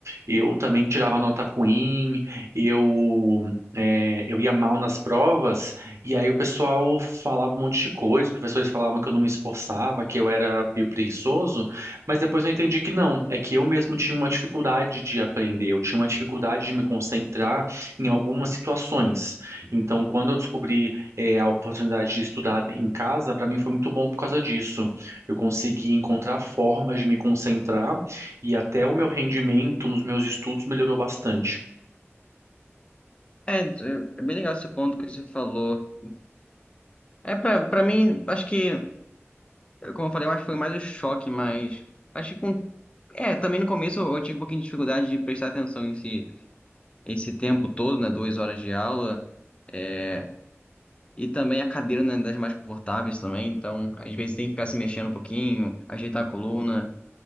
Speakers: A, on the right (about 85°); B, on the left (about 25°).
A: eu também tirava nota ruim, eu, é, eu ia mal nas provas, e aí o pessoal falava um monte de coisa, os professores falavam que eu não me esforçava, que eu era meio preguiçoso, mas depois eu entendi que não, é que eu mesmo tinha uma dificuldade de aprender, eu tinha uma dificuldade de me concentrar em algumas situações. Então, quando eu descobri, é, a oportunidade de estudar em casa, para mim foi muito bom por causa disso. Eu consegui encontrar formas de me concentrar e até o meu rendimento nos meus estudos melhorou bastante.
B: É, é é bem legal esse ponto que você falou. É, pra, pra mim, acho que, como eu falei, eu acho que foi mais o choque, mas acho que com. É, também no começo eu tive um pouquinho de dificuldade de prestar atenção em si esse tempo todo, né? Duas horas de aula. É, e também a cadeira não é das mais confortáveis também, então às vezes tem que ficar se mexendo um pouquinho, ajeitar a coluna,